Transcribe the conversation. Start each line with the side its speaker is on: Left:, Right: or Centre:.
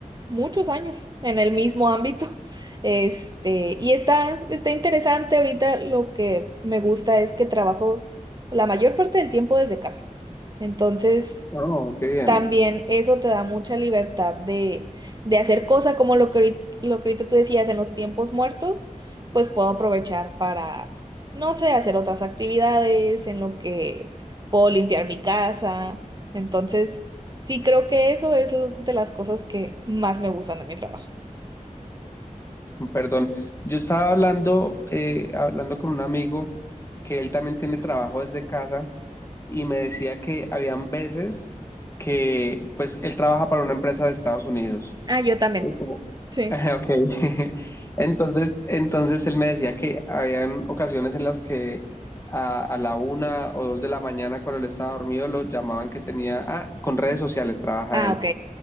Right: muchos años en el mismo ámbito. Este, y está, está interesante. Ahorita lo que me gusta es que trabajo la mayor parte del tiempo desde casa. Entonces,
Left: Oh, qué bien.
Right: también eso te da mucha libertad de, de hacer cosas como lo que, ahorit- lo que ahorita tú decías en los tiempos muertos, pues puedo aprovechar para, no sé, hacer otras actividades, en lo que puedo limpiar mi casa. Entonces, sí creo que eso es lo- de las cosas que más me gustan de mi trabajo.
Left: Perdón, yo estaba hablando, eh, hablando con un amigo que él también tiene trabajo desde casa y me decía que habían veces que, pues, él trabaja para una empresa de Estados Unidos.
Right: Ah, yo también.
Left: Sí, como-
Right: Sí.
Left: <laughs> Ok. <laughs> Entonces, entonces él me decía que habían ocasiones en las que a, a la una o dos de la mañana cuando él estaba dormido lo llamaban que tenía, ah, con redes sociales trabaja
Right: Ah,
Left: él
Right: ok.